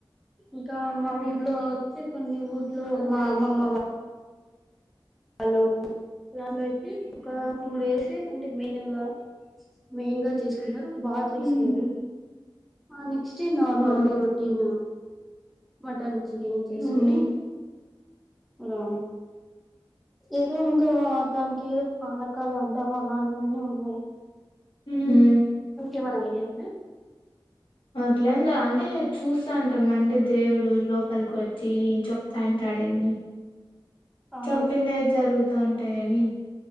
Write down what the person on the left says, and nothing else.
హ్మ్
ఆ
హ్మ్
మ్మ్
అట్లేంలే అంటే చూస్తా ఉంటాం అంటే దేవుడు లోపలికి వచ్చి చెప్తాడంటడేమ్ అ
చంపినయి జరుగుతూ ఉంటాయనిు